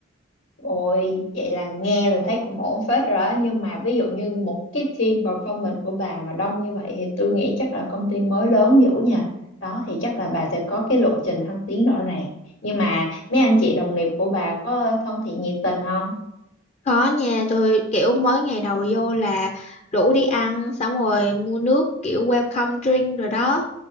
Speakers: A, on the left (about 75°); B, on the left (about 35°).
A: Ôi, vậy là nghe là thấy cũng ổn phết rồi đó. Nhưng mà ví dụ như một cái team performance của bà mà đông như vậy thì tôi nghĩ chắc là công ty mới lớn dữ nha. Đó thì chắc là bà sẽ có cái lộ trình thăng tiến rõ ràng. Nhưng mà mấy anh chị đồng nghiệp của bà có thân thiện nhiệt tình không?
B: có nha tôi kiểu mới ngày đầu vô là rủ đi ăn xong rồi mua nước kiểu welcome drink rồi đó